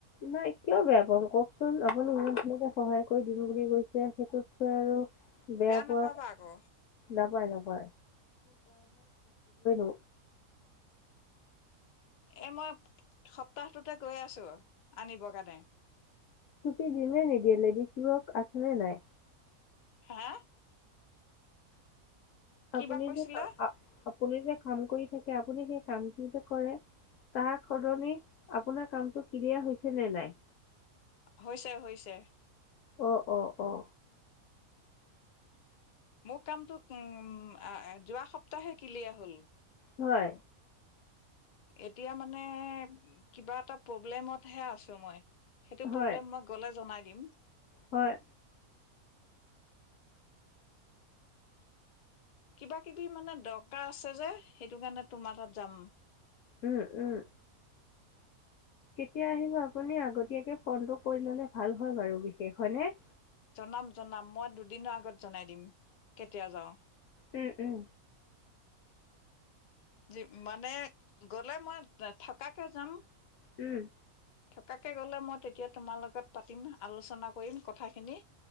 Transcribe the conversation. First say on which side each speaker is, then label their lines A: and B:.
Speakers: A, on the left (about 70°); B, on the left (about 85°).
A: নাই কিয় বেয়া পাওঁ কওকচোন আপুনি ইমান ধুনীয়াকে সহায় কৰি দিম বুলি কৈছে সেইটোতকে আৰু বেয়া পোৱা,
B: নাপাবা আকৌ
A: নাপাই নাপ <unintelligible>
B: এ মই, সপ্তাহটোতে গৈ আছো, আনিব কাৰণে।
A: কুৰ্তি দিয়ে নে নিদিয়ে লেডিছবোৰক আছে নে নাই?
B: হা? কিবা
A: আপুনি
B: কৈছিলা
A: যে কাম, আপুনি যে কাম কৰি থাকে আপুনি সেই কামটো যে কৰে তাৰ সলনি, আপোনাৰ কামটো ক্লিয়াৰ হৈছে নে নাই?
B: হৈছে, হৈছে।
A: অ', অ, অ,
B: মোৰ কামটো উম, যোৱা সপ্তাহে কিলিয়াৰ হ'ল।
A: হয়,
B: এতিয়া মানে, কিবা এটা প্ৰব্লেমতহে আছোঁ মই। সেইটো
A: হয়,
B: প্ৰব্লেম মই গ'লে জনাই দিম।
A: হয়,
B: কিবা কিবি মানে দৰকাৰ আছে যে। সেইটো কাৰণে তোমাৰ তাত যাম।
A: উম, উম। কেতিয়া আহিবা আপুনি আগতীয়াকৈ ফোনটো কৰি ল'লে ভাল হয় বাৰু, <unintelligible> হয়নে?
B: জনাম জনাম মই দুদিনৰ আগত জনাই দিম, কেতিয়া যাওঁ।
A: উম - উম।
B: যি- মানে গ'লে মই থকাকে যাম।
A: উম।
B: থকাকে গ'লে, মই তেতিয়া তোমাৰ লগত পাতিম, আলোচনা কৰিম কথাখিনি।